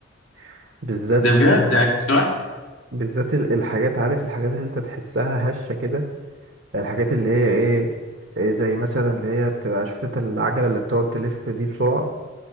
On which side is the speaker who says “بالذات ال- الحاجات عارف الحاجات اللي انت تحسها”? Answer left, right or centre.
Right